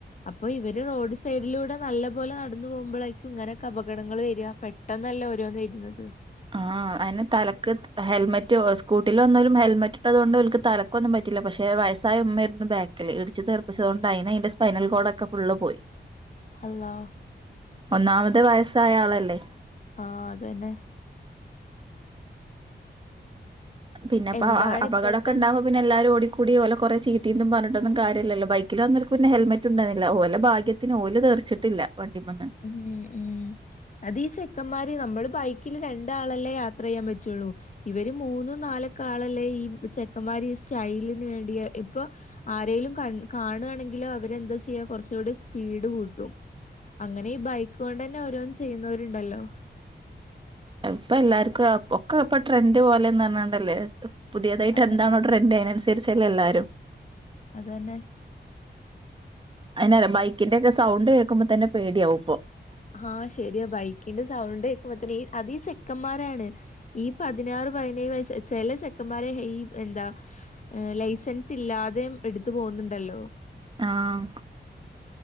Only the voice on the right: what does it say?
ആ അയിന് തലക്ക് ഹെൽമെറ്റ് സ്കൂട്ടിൽ എന്തായലും ഹെൽമെറ്റ് ഇട്ടത് കൊണ്ട്ക്ക തല <unintelligible> മരുമകൾക്കൊന്നും പറ്റില്ല. പക്ഷെ വയസ്സായ ഉമ്മരുന്നു ബാക്കിൽ ഇടിച്ച് തീർപ്പിച്ചത് കൊണ്ട് അയിന് അതിന്റെ സ്പൈനൽ കോഡൊക്കെ ഫുള് പോയി
ഒന്നാമത് വയസ്സായളല്ലേ
പിന്നെപ്പോ
അപകടക്കെ
ഉണ്ടാവോ പിന്നെ എല്ലാരും ഓടി കൂടി പോലെ കുറേ ചീതേനും പറഞ്ഞിട്ടന്നും കാര്യല്ല ബൈക്കിൽ വന്നന്നഹെൽമെ ഉണ്ടന്നില്ലഓലെ ഭാ <unintelligible> ഓല് തീർച്ചിട്ടില്ല വണ്ടി മന്ന് <unintelligible>
ഇപ്പ എല്ലാർക്കും ഒക്കെ ഇപ്പൊ ട്രെൻഡ് പോലെന്ന് പറഞ്ഞണ്ടല്ലേ പുതിയതായിട്ട്
എന്താണോ ട്രെൻറ് അതിനനുസരിച്ചല്ല എല്ലാരും
അ ബൈക്കിന്റെ ഒക്കെ സൗണ്ട് കേൾക്കുമ്പോ തന്നെ പേടിയാവും
ആഹ